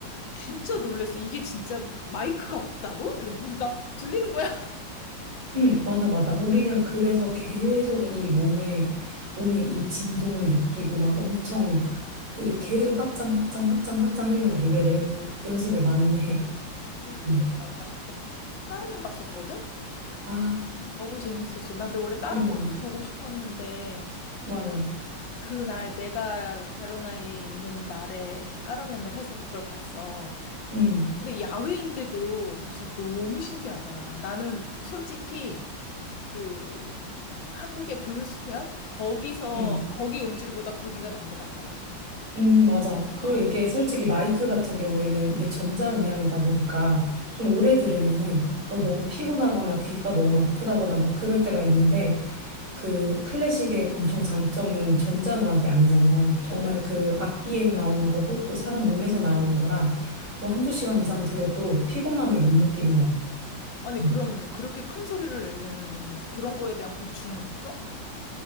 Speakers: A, on the left; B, on the right.
A: 진짜 놀랬어. 이게 진짜 마이크가 없다고? 이러면서. 근데 나 들리는 거야.
B: 응, 맞아, 맞아. 우리는 그래서 계속 이 몸에, 몸에 이 진동을 느끼고 막 엄청 그 계속 확장, 확장, 확장, 확장 하려고 노래를 연습을 많이 해.
A: <laughs> 진짜 힘들겠더라고.
B: 응.
A: 나 그때 까르멘 봤었거든?
B: 아,
A: 너무 재밌었어. 나 근데 원래 다른
B: 응,
A: 것도 보고 싶었는데
B: 맞아.
A: 그날 내가 베로나에 있는 날에 그 까르멘을 해서 그걸 봤어.
B: 응,
A: 근데 야외인데도 진짜 너무 신기하더라. 나는 솔직히 그 한국의 블루스퀘어? 거기서
B: 응,
A: 거기 음질보다 거기가 난 것 같더라.
B: 응, 맞아. 그리고
A: <laughs>
B: 이게 솔직히 마이크 같은 경우에는 이게 전자음향이다 보니까 좀 오래 들으면은 막 너무 피곤하거나 귀가 너무 아프다거나 막 그럴 때가 있는데 그 클래식의 엄청 장점은 전자음악이 아니잖아. 정말
A: 어.
B: 그 악기에서 나오는 거고 또 사람 몸에서 나오는 거라 뭐 한두 시간 이상 들어도 피곤함을 못 느끼는 것 같아.
A: 아니
B: 음.
A: 그러면은 그렇게 큰 소리를 내려면은 그런 거에 대한 고충은 없어?